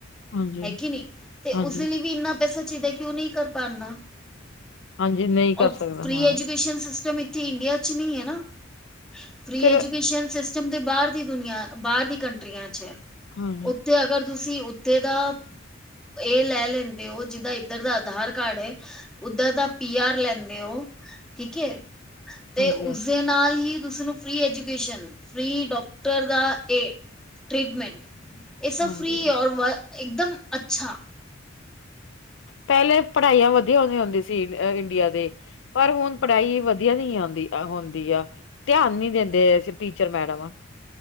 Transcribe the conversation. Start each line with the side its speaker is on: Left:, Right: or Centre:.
Left: ਹਾਂਜੀ
Centre: ਹੈਕੀ ਨੇ ਤੇ ਉਸਦੇ
Left: ਹਾਂਜੀ
Centre: ਲਈ ਵੀ ਇੰਨਾ ਪੈਸਾ ਚਾਹੀਦਾ ਕਿਉ ਨਹੀਂ ਕਰ ਪਾਉਦਾ
Left: ਹਾਂਜੀ ਨਹੀਂ ਕਰ
Centre: ਔਰ
Left: ਸਕਦਾ
Centre: ਫ੍ਰੀ
Left: ਹਾਂ
Centre: ਐਜੂਕੇਸ਼ਨ ਸਿਸਟਮ ਇ ਇੰਡੀਆ ਚ ਨਹੀ ਹੈ ਨਾ ਫਰੀ
Left: ਫਿਰ
Centre: ਐਜੂਕੇਸ਼ਨ ਸਿਸਟਮ ਜਮਦੇ ਬਾਹਰ ਦੀ ਦੁਨੀਆਂ ਬਾਹਰ ਦੀ ਕੰਟਰੀਆਂ ਚ
Left: ਹਾਂ
Centre: ਉੱਥੇ ਅਗਰ ਤੁਸੀਂ ਉੱਥੇ ਦਾ ਇਹ ਲੈ ਲੈਂਦੇ ਹੋ ਜਿੱਦਾਂ ਇੱਧਰ ਦਾ ਆਧਾਰ ਕਾਰਡ ਹੈ ਉਓਧਰ ਦਾ ਪੀ ਆਰ ਲੈਂਦੇ ਹੋ ਠੀਕ
Left: ਹਾਂਜੀ
Centre: ਤੇ ਉਸਦੇ
Left: ਹਾਂਜੀ
Centre: ਨਾਲ ਹੀ ਤੁਸੀਂ ਨੂੰ ਫਰੀ ਐਜੂਕੇਸ਼ਨ ਫੀ ਡਾਕਟਰ ਦਾ ਏ ਟ੍ਰੀਟਮੈਂਟ ਇਹ ਸਭ
Left: ਹਾਂਜੀ
Centre: ਫ੍ਰੀ ਔਰ ਇੱਕਦਮ ਅੱਛਾ
Left: ਪਹਿਲੇ ਪੜ੍ਹਾਈਆਂ ਵਧੀਆ ਹੋਆਂ ਹੁੰਦੀ ਸੀ ਇੰਡੀਆ ਦੇ ਪਰ ਹੁਣ ਪੜ੍ਹਾਈ ਵਧੀਆ ਨਹੀਂ ਆਉਂਦੀ ਹੁੰਦੀ ਆ ਧਿਆਨ ਨੀ ਦਿੰਦੇ ਟੀਚਰ ਮੈਡਮ